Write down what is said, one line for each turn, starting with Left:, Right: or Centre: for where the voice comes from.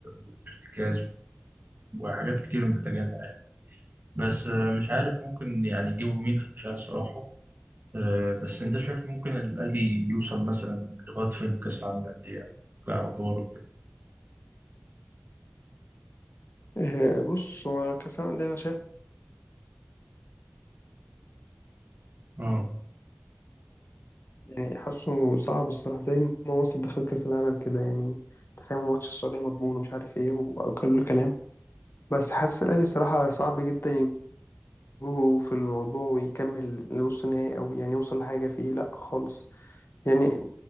Right: والارتكاز وحاجات كتير محتاجينها يعني بس آه، مش عارف ممكن يعني يجيبوا مين في الدفاع الصراحة آه، بس انت شايف ممكن الأهلي يوصل مثلا لغاية فين في كأس العالم للأندية كأدوار وكده
Left: آه، بص هو كأس العالم ده أنا شايفه
Right: اه
Left: يعني حاسه صعب الصراحة زي ما مصر دخلت كأس العالم كده يعني أنت فاهم هو ماتش السعودية مضمون ومش عارف إيه وكل كلام بس حاسس الأهلي الصراحة صعب جدا يجوه في الموضوع ويكمل لنص نهائي أو يعني يوصل لحاجة فيه لأ خالص يعني